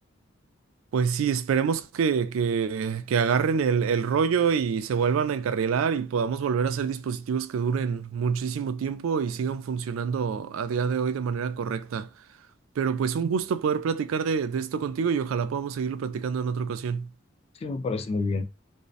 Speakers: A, on the right; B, on the left.
A: Pues sí, esperemos que, que- que agarren el, el rollo y se vuelvan a encarrilar y podamos volver a hacer dispositivos que duren muchísimo tiempo y sigan funcionando a día de hoy de manera correcta. Pero pues un gusto poder platicar de, de esto contigo y ojalá podamos seguirlo platicando en otra ocasión.
B: Sí, me parece muy bien.